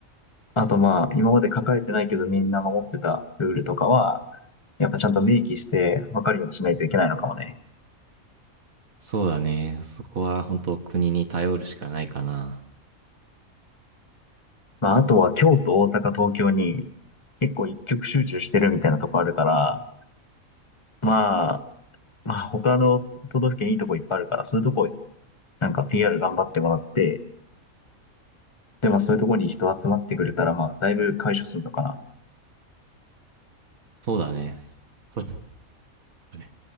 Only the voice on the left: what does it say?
あとまあ、今まで書かれてないけどみんな守ってたルールとかは、やっぱちゃんと明記して分かるようにしないといけないのかもね。
まあ、あとは京都、大阪、東京に結構一極集中してるみたいなとこあるから、まあ、まあ他の都道府県いいとこいっぱいあるから、そういうとこなんか PR 頑張ってもらって、で、まあそういうとこに人集まってくれたら、まあだいぶ解消するのかな。